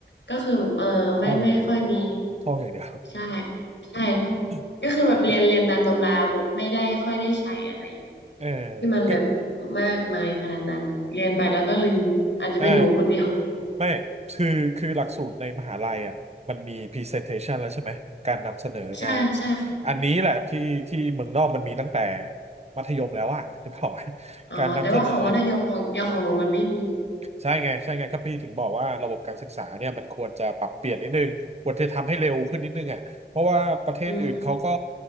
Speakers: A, on the left; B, on the right.
A: ก็คือแบบเออไม่ไม่ค่อยมี
B: ท่องอย่างเดียว ท่องอย่างเดียว
A: ใช่ใช่ใช่
B: <laughs>
A: ก็คือแบบเรียนเรียนตามตำราแบบไม่ได้ค่อยได้ใช้อะไร
B: เออ
A: ที่มันแบบ
B: ก็
A: มากมายขนาดนั้นเรียนไปแล้วก็ลืมอาจจะเป็นหนูคนเดียว
B: เออไม่คือคือหลักสูตรในมหาลัยอ่ะมันมี presentation แล้วใช่ไหมการนำเสนองาน
A: <laughs> ใช่ใช่ค่ะ
B: อันนี้แหละที่ที่เมืองนอกมันมีตั้งแต่มัธยมแล้วอ่ะ <laughs> หรือเปล่า
A: อ๋อแต่ว่าของมัธยมของอย่างของหนูมันไม่มี
B: การนำเสนอ ใช่ไงใช่ไงก็พี่ถึงบอกว่าระบบการศึกษาเนี่ยมันควรจะปรับเปลี่ยนนิดนึงควรจะทำให้เร็วขึ้นนิดนึงอ่ะเพราะว่าประเทศอื่นเขาก็
A: อืม